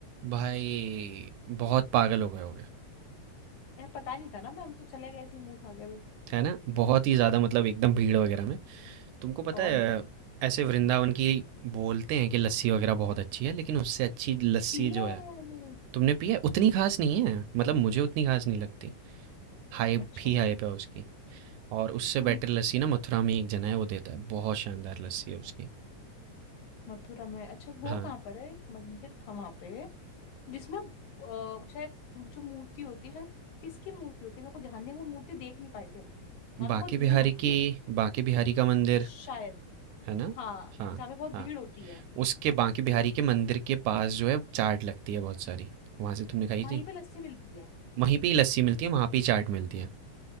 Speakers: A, on the right; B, on the left.
A: भाई बहुत पागल हो गए होगे,
B: यार पता नहीं था ना मैं हम तो चले गए ऐसे ही मुंह उठा के बस
A: है ना? बहुत ही ज़्यादा मतलब एकदम भीड़ वगैरह में। तुमको पता
B: और
A: है
B: नहीं पता
A: ऐसे वृंदावन की बोलते हैं कि लस्सी वगैरह बहुत अच्छी है, लेकिन उससे अच्छी लस्सी
B: पिए
A: जो
B: या
A: है
B: नहीं?
A: तुमने पी है उतनी खास नहीं है। मतलब मुझे उतनी खास नहीं लगती। हाइप
B: अच्छा
A: ही हाइप है उसकी। और उससे बेटर
B: हम्म
A: लस्सी ना मथुरा में एक जना है वो देता है। बहुत शानदार लस्सी है उसकी।
B: मथुरा में अच्छा वो
A: हाँ,
B: कहाँ पर है एक मंदिर था वहां पे जिसमें अ, शायद जो मूर्ति होती है शायद किसकी मूर्ति होती है मेरे को ध्यान नहीं है, वो मूर्ति देख नहीं पाए थे हम वहां
A: बांके
B: पे बहुत भीड़
A: बिहारी
B: होती
A: की
B: है
A: बांके बिहारी का मंदिर
B: शायद
A: है ना?
B: हाँ
A: हाँ,
B: जहाँ पे बहुत
A: हाँ।
B: भीड़ होती है
A: उसके बांके बिहारी के मंदिर के पास जो है चाट लगती है बहुत सारी। वहाँ से तुमने खाई
B: वहीं
A: थी?
B: पे लस्सी मिलती है
A: वहीं पे ही लस्सी मिलती है, वहाँ पे ही चाट मिलती है